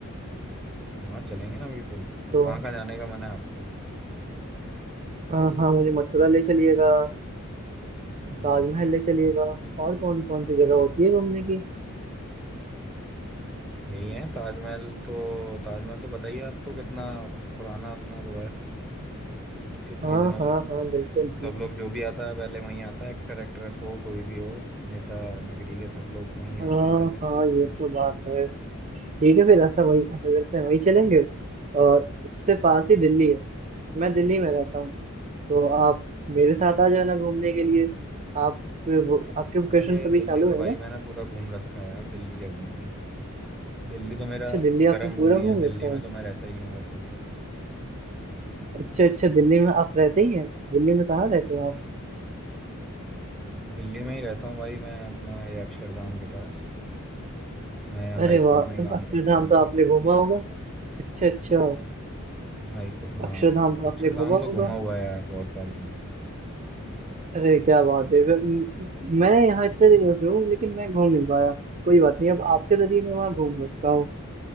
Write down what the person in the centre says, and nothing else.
हाँ चलेंगे ना बिल्कुल
कहाँ कहाँ जाने का मन है आपको
हम्म
यही है ताजमहल तो ताजमहल तो पता ही है आपको कितना पुराना अपना वो है कितने
दिनों से
सब
लोग जो भी आता है पहले वहीं आता है एक्टर एक्ट्रेस हो कोई भी हो नेता नगरी के सब लोग वहीं
आते हैं पहले
अरे
दिल्ली
तो भाई
मैंने पूरा घूम रखा है यार दिल्ली क्या घूमेंगे दिल्ली तो मेरा
कर्म
भूमि
है दिल्ली
में
तो मैं रहता ही हूँ वैसे भी
दिल्ली में ही रहता हूँ भाई मैं अपना ये अक्षरधाम के पास मैं यहाँ हाई
कोर्ट में ही
काम
करता हूँ
ना
हाई को हाँ
अक्षरधाम
तो घूमा
हुआ है यार बहुत बार घूमा